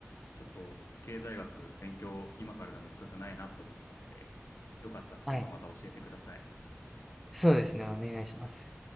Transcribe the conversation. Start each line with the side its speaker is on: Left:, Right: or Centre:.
Left: ちょっと経済学勉強今からでも遅くないなと思ったんで、よかったら今度また教えてください。
Centre: はい。そうですね、お願いします。